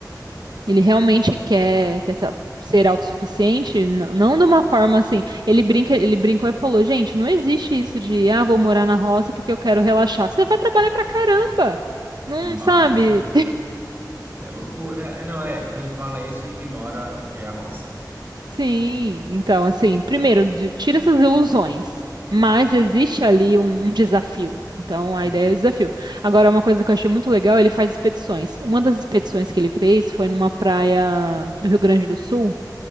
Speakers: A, on the right; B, on the right.
A: ele realmente quer, quer ser ser autossuficiente, n- não de uma forma assim. Ele brinca, ele brincou e falou, gente, não existe isso de, ah, vou morar na roça porque eu quero relaxar. Você vai trabalhar pra caramba. Não
B: Mais
A: sabe?
B: do, É loucura. É, não, é. Quem fala isso ignora o que é a roça.
A: Sim, então, assim, primeiro, de- tira essas ilusões, mas existe ali um, um desafio. Então, a
B: Uhum.
A: ideia é o desafio. Agora, uma coisa que eu achei muito legal, ele faz expedições. Uma das expedições que ele fez foi numa praia do Rio Grande do Sul,